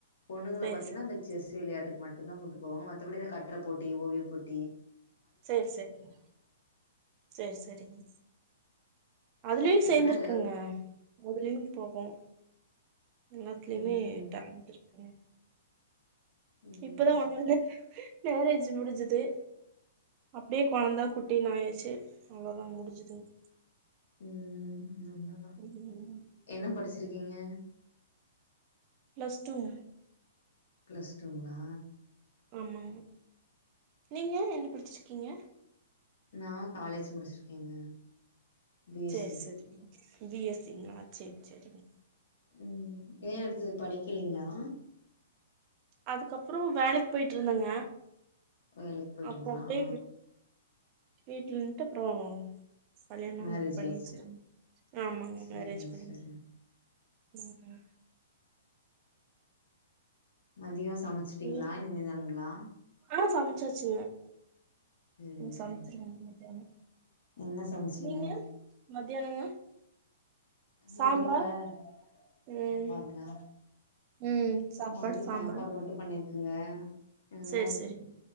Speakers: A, on the left (about 70°); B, on the right (about 35°).
A: பொண்ணுங்கள
B: சரி
A: பாத்தீங்னா
B: சரிங்க சரி சரிங்க
A: இந்த செஸ் வெளையாட்டுக்கு மட்டுந்தா கூட்டு போவாங்க மத்தபடி இந்த கட்ரபோட்டி, ஓவியபோட்டி
B: சேர் செரிங்க சேர் செரிங்க அதுலயு
A: இல்லன்னா
B: சேந்துருக்கங்க அதுலயு போவோம் எல்லாத்துலயுமே
A: ம்
B: டேலண்ட்ருக்குங்க
A: ம்
B: இப்பதா ஒண்ணு வந்து மேரேஜ் முடிஞ்சது அப்டியே கொழந்த குட்டினு ஆயாச்சு அவ்ளோதா முடிஞ்சதுங்
A: ம்ம் நம்லா
B: உம் ம்
A: என்ன படிச்சிருக்கீங்க
B: ப்ளஸ்டூங்
A: ப்ளஸ்டூங்ளா
B: ஆமாங்க நீங்க என்ன படிச்சிருக்கீங்க
A: நா காலேஜ் முடிச்சிருக்கேங்க பி எஸ்
B: சேர்
A: சி
B: செரிங் பி எஸ் சி ங்ளா சேர் செரிங்
A: உம் ஏ அடுத்தது படிக்கலேங்ளா
B: அதுக்கப்புறோ வேலைக் போய்ட்டுருந்தங்க
A: வேலைக்கு போயிட்டீங்களா
B: அப்ப அப்டே
A: ஆ
B: வீட்லன்ட்டு அப்றோ கல்யாணமு
A: மேரேஜ்
B: பண்ணிவச்சுட்டங்க
A: ஆயிடுச்சு
B: ஆமாங்க
A: சரிங்க
B: மேரேஜ் பண்ணி
A: சரிங்க
B: ம்
A: மதியோ சமைச்சிட்டீங்களா
B: நீங்க
A: இனிமேதானுங்களா
B: ஆ சமைச்சாச்சு
A: சரிங்க
B: சமைச்சிருவ
A: சரிங்க
B: மத்தியானோ
A: என்ன சமைச்சீங்க
B: நீங்க மத்தியானங்க சாம்பார்
A: மதியங்களா சாம்பாருங்ளா
B: ம் ம் சாப்பாடு
A: நா வந்து
B: சாம்பார்
A: சாப்பாடு மட்டு பண்ணிரு குங்க எதா
B: சேரி சேரிங்க